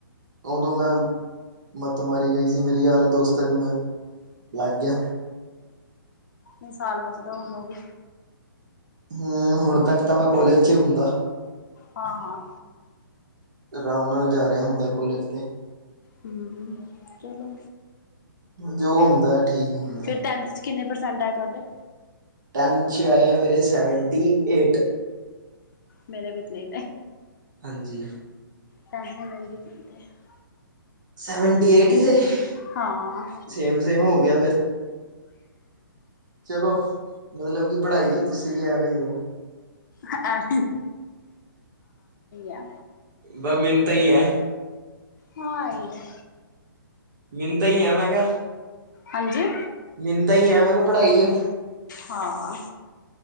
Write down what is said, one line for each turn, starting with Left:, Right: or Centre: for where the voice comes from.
Right: ਉਦੋਂ ਮੈਂ ਮੱਤ ਮਾਰੀ ਗਈ ਸੀ ਮੇਰੀ ਯਾਰ ਦੋਸਤਾਂ ਦੀ ਮੈਂ ਲੱਗ ਗਿਆ।
Left: ਨਹੀਂ ਸਾਲ ਬਚਦਾ ਹੁਣ ਉਹ ਵੀ
Right: ਹੂੰ ਹੁਣ ਤੱਕ ਤਾਂ ਮੈਂ ਕੋਲੇਜ 'ਚ ਹੀ ਹੁੰਦਾ।
Left: ਹਾਂ- ਹਾਂ
Right: ਆਰਾਮ ਨਾਲ ਜਾ ਰਿਹਾ ਹੁੰਦਾ ਕੋਲੇਜ ਤੇ
Left: ਹਮ ਚਲੋ
Right: ਜੋ ਹੁੰਦਾ ਹੈ ਠੀਕ ਹੀ ਹੁੰਦਾ
Left: ਫਿਰ ਟੈਂਥ ਚ ਕਿੰਨੇ ਪਰਸੈਂਟ ਆਏ ਤੁਹਾਡੇ?
Right: ਟੈਂਥ ਚ ਆਏ ਮੇਰੇ ਸੈਵੰਟੀ-ਏਟ।
Left: ਮੇਰੇ ਵੀ ਤੇ।
Right: ਹਾਂਜੀ।
Left: ਟੈਂਸ਼ਨ ਲੇਈ ਹੀ ਕਿੱਥੇ ਆ।
Right: ਸੈਵੰਟੀ-ਏਟ ਹੀ ਥੇ ਫਿਰ ਤਾਂ
Left: ਹਾਂ
Right: ਸੇਮ-ਸੇਮ ਹੋ ਗਿਆ। ਚਲੋ, ਮਤਲਬ ਕਿ ਪੜ੍ਹਾਈ ਚ ਤੁਸੀਂ ਵੀ ਐਵੇਂ ਹੀ ਹੋ।
Left: ਹਾਂਹੀ ਆ
Right: ਬ ਮਿੰਟ ਹੀ ਹੈ।
Left: ਹਾਂ, ਐਹੀ ਹੈ।
Right: ਮੈਂ ਤਾਂ ਐ ਮੈਂਗਾ
Left: ਹਾਂਜੀ
Right: ਮੈਂ ਤਾਂ ਹੀ ਐ ਮੈਂਗਾ ਪੜ੍ਹਾਈ ਚ
Left: ਹਾਂ।